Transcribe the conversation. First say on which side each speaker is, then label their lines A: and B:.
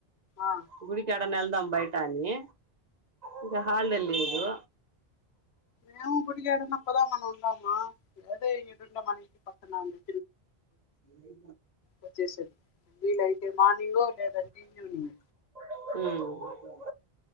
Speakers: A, on the left; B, on the right.
A: ఆ
B: గుడికి యాడన్న ఎల్ దాం బయటని ఇంకా హాలిడే లేదు
A: మేము గుడికి యాడన్న పోదాం అని ఉందమ్మ అదే ఇడూన్న మన ఇంటి పక్కన్నా ఉంది
B: ఏ
A: వచ్చేసెరు వీలైతే మార్నింగో లేదంటే ఈవినింగ్
B: ఉమ్